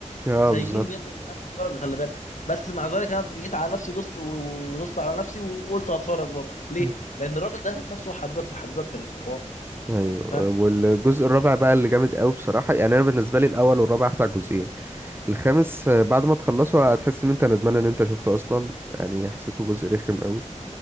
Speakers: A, on the right; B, on the left.
A: اه
B: سيئين
A: بالظبط
B: جدا لاقصى درجه خلي بالك بس مع ذلك انا جيت على نفسي دوست ودوست على نفسي وقلت هتفرج برضه ليه؟
A: مم.
B: لان الراجل ده ذات نفسه حبيبك حبيبك في الحوار
A: ايوه
B: فاهم
A: والجزء الرابع بقى اللي جامد قوي بصراحة يعني انا بالنسبة لي الاول والرابع احلى جزئين الخامس آه، بعد ما تخلصه هتحس ان انت ندمان ان انت شفته اصلا يعني حسيته جزء رخم قوي